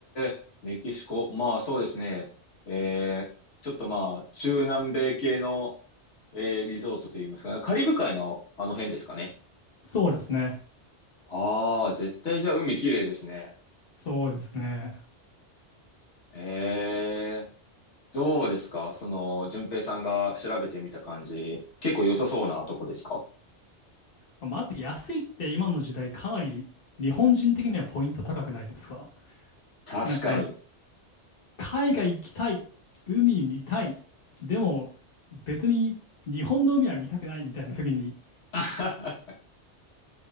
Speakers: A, on the left (about 80°); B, on the left (about 55°).
A: え、メキシコ。まあそうですね。えー、ちょっとまあ、中南米系の、えー、リゾートといいますかね。カリブ海のあの辺ですかね。
B: そうですね。
A: ああ、絶対じゃあ海綺麗ですね。
B: そうですね。
A: へえ、どうですかその、順平さんが調べてみた感じ。結構良さそうなとこですか
B: まず安いって今の時代かなり日本人的にはポイント高くないですか
A: 確かに。
B: なんか海外行きたい、海見たい、でも別に日本の海は見たくないみたいな時に、
A: <laughs>